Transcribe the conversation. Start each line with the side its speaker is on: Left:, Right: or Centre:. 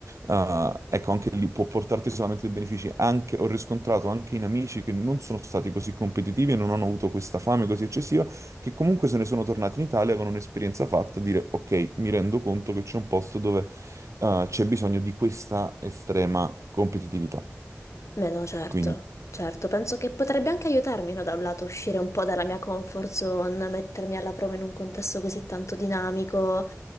Right: eh, ecco, anche lì può portarti solamente dei benefici. Anche, ho riscontrato anche in amici che non sono stati così competitivi e non hanno avuto questa fame così eccessiva, che comunque se ne sono tornati in Italia con un'esperienza fatta, e dire, ok, mi rendo conto che c'è un posto dove eh, c'è bisogno di questa estrema competitività.
Left: Beh, no, certo,
Right: Quindi...
Left: certo, penso che potrebbe anche aiutarmi, no, da un lato uscire un po' dalla mia comfort zone, mettermi alla prova in un contesto così tanto dinamico.